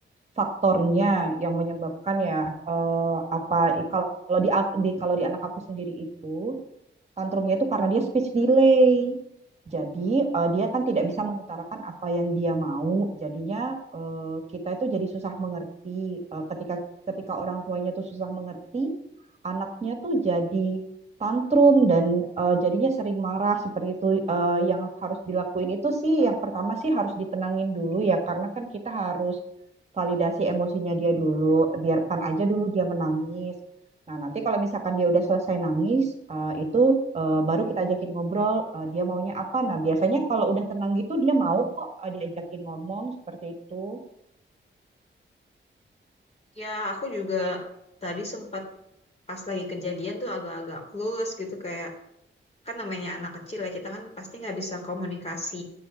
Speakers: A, on the right; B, on the left.
A: faktornya yang menyebabkan ya eh, apa i- kalau di, ak- di kalau di anak aku sendiri itu tantrumnya itu karena dia speech delay. Jadi eh, dia kan tidak bisa mengutarakan apa yang dia mau. Jadinya eh, kita itu jadi susah mengerti. Eh, ketika ketika orang tuanya tuh susah mengerti, anaknya tuh jadi tantrum dan eh, jadinya sering marah seperti itu. Eh, yang harus dilakuin itu sih yang pertama sih harus ditenangin dulu ya, karena kan kita harus validasi emosinya dia dulu. Biarkan aja dulu dia menangis. Nah, nanti kalau misalkan dia udah selesai nangis, eh, itu eh, baru kita ajakin ngobrol, eh, dia maunya apa. Nah, biasanya kalau udah tenang gitu, dia mau kok eh, diajakin ngomong seperti itu.
B: Ya, aku juga tadi sempat pas lagi kejadian tuh agak-agak clueless gitu kayak kan namanya anak kecil ya kita kan pasti nggak bisa komunikasi